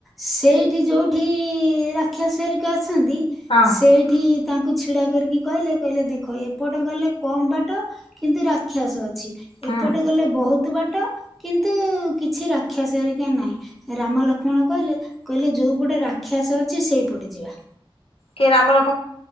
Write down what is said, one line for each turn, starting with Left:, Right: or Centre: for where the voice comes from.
Centre: ସେଇଠି ଯଉଠି ରାକ୍ଷସୀ ହେରିକା ଅଛନ୍ତି।
Left: ହଁ
Centre: ସେଇଠି ତାଙ୍କୁ ଛିଡା କରିକି କହିଲେ କହିଲେ ଦେଖ ଏପଟ ଗଲେ। କମ ବାଟ କିନ୍ତୁ ରାକ୍ଷସ ଅଛି
Left: ହୁଁ
Centre: ଏପଟେ ଗଲେ ବହୁତ ବାଟ। କିନ୍ତୁ କିଛି ରାକ୍ଷସ ହେରିକା ନାହିଁ। ରାମ ଲକ୍ଷ୍ମଣ କହିଲେ କହିଲେ ଯୋଉପଟେ ରାକ୍ଷାଶ ଅଛି ସେଇପଟେ ଯିବା।
Left: କେ ରାମ ଲ